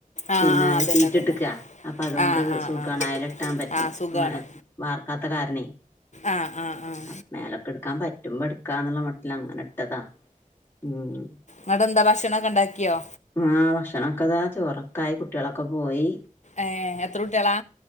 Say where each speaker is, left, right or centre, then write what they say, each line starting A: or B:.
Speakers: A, on the left; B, on the left.
A: ആഹ്
B: പിന്നെ
A: ആഹ് അതന്നെ
B: ഈ സീറ്റ്
A: അതന്നെ
B: ഇട്ട്ക്കാ അപ്പൊ അതുകൊണ്ട്.
A: ആഹ് ആഹ്
B: സൂക്കണ
A: ആഹ്
B: അയല ഇട്ടാൻ പറ്റും
A: ആഹ് സുഖാണ്
B: വാർക്കാത്ത കാരണേ
A: ആഹ് ആഹ് ആഹ്
B: അപ് മേലടുക്കാൻ പറ്റുമ്പോ എടുക്കാന്നുള്ള മട്ടില് അങ്ങനെ ഇട്ടതാ ഉം
A: അവിടെ എന്താ ഭക്ഷണക്കെ ഉണ്ടാക്കിയോ
B: ആഹ് ഭഷണൊക്കെതാ ചോറൊക്കായി കുട്ടിളൊക്കെ പോയി..
A: എഹ് എത്ര കുട്ട്യോളാ